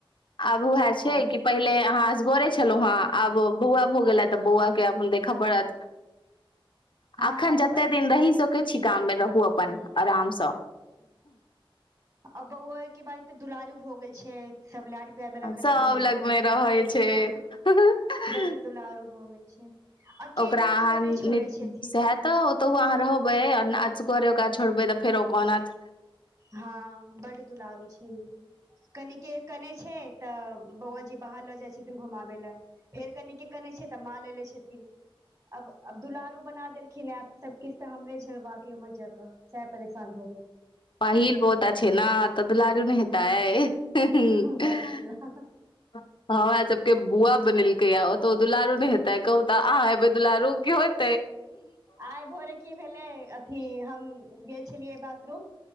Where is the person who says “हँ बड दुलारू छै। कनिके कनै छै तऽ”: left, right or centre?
Right